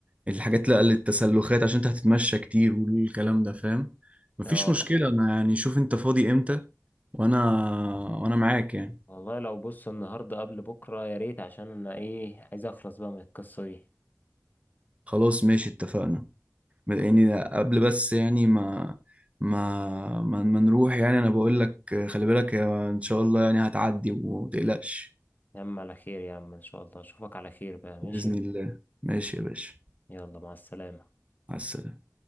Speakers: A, on the right; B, on the left.
A: الحاجات لا للتسلخات عشان انت هتتمشى كتير والكلام ده فاهم مفيش
B: اه
A: مشكله انا يعني شوف انت فاضي امتى وانا وانا معاك يعني
B: والله لو بص النهاردة قبل بكرة يا ريت عشان انا ايه عايز اخلص بقى من القصة دي
A: خلاص ماشي اتفقنا يعني قبل بس يعني ما ما ما, ما نروح يعني انا بقول لك خلي بالك يا ان شاء الله يعني هتعدي وما تقلقش
B: يا عم على خير يا عم ان شاء الله اشوفك على خير بقى ماشي
A: بإذن الله ماشي يا باشا
B: يلا مع السلامة
A: مع السلامة